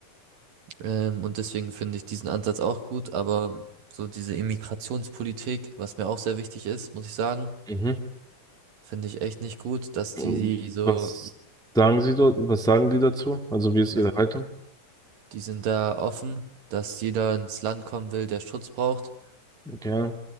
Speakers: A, on the right; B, in the centre.
A: Ähm, und deswegen finde ich diesen Ansatz auch gut, aber so diese Immigrationspolitik, was mir auch sehr wichtig ist, muss ich sagen,
B: Mhm.
A: finde ich echt nicht gut, dass
B: Und
A: die so,
B: Was sagen sie dort? Was sagen die dazu? Also wie ist ihre
A: also
B: Haltung?
A: die sind da offen, dass jeder ins Land kommen will, der Schutz braucht.
B: Ja.